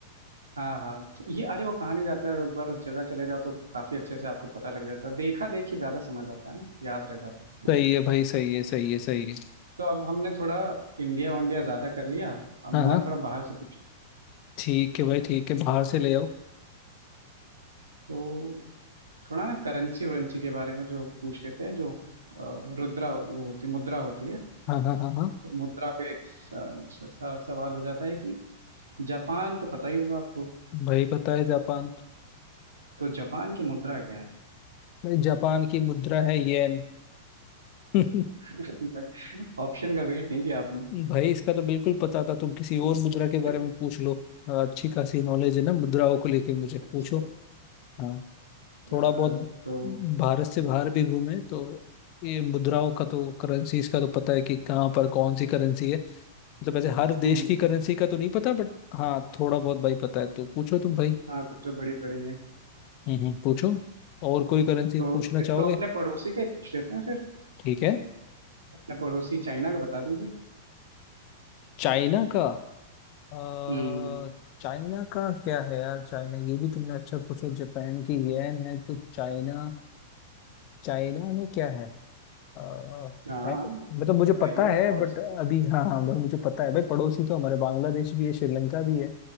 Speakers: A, on the right; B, on the left.
A: हाँ हाँ तो ये अरे वो कहानी जाता है एक बार उस जगह चले जाओ तो काफी अच्छे से आपको पता लग जाता है देखा देखी ज्यादा समझ आता है ना याद रह जाता है
B: सही है भाई सही है सही है सही है
A: तो अब हमने थोड़ा इंडिया वंडिया ज्यादा कर लिया अब
B: हाँ हाँ
A: मैं थोड़ा बाहर से पूछ
B: ठीक है भाई ठीक है बाहर से ले आओ
A: तो थोड़ा ना करेंसी वरेंसी के बारे में जो पूछ लेते हैं जो अ, रुद्रा वो होती मुद्रा होती है
B: हाँ हाँ हाँ हाँ
A: तो मुद्रा पे एक स- स- स- सवाल हो जाता है कि जापान तो पता ही होगा आपको
B: भाई पता है जापान
A: तो जापान की मुद्रा क्या है
B: भाई जापान की मुद्रा है येन <laughs>
A: <laughs> ऑप्शन का वेट नहीं किया आपने
B: भाई इसका तो बिल्कुल पता था तुम किसी और मुद्रा के बारे
A: <laughs>
B: में पूछ लो हाँ, अच्छी खासी नॉलेज है ना मुद्राओं को लेके मुझे पूछो
A: अच्छा
B: हाँ
A: अ,
B: थोड़ा बहुत
A: तो
B: भारत से बाहर भी घूमे तो ये मुद्राओं का तो करेंसीज का तो पता है कि कहाँ पर कौन सी करेंसी है मतलब ऐसे हर देश
A: हम्म,
B: की करेंसी का तो नहीं पता बट हाँ थोड़ा बहुत भाई पता है तो पूछो तुम भाई
A: हाँ कुछ जो बड़ी बड़ी है
B: हम्म हम्म पूछो और कोई करेंसी
A: तो
B: पूछना
A: तो
B: चाहोगे
A: अपने पड़ोसी का ही पूछ लेते हैं फिर
B: ठीक है
A: अपने पड़ोसी चाइना का बता दीजिए
B: चाइना का अ,
A: हम्म
B: चाइना का क्या है यार चाइना ये भी तुमने अच्छा पूछा जापान की येन है तो चाइना चाइना में क्या है अ,
A: हाँ
B: है- मतलब मुझे
A: पता
B: पता
A: ही है
B: है
A: पड़ोसी
B: बट
A: है
B: अभी हाँ हाँ भाई मुझे पता है भाई पड़ोसी तो हमारे बांग्लादेश भी है श्रीलंका भी है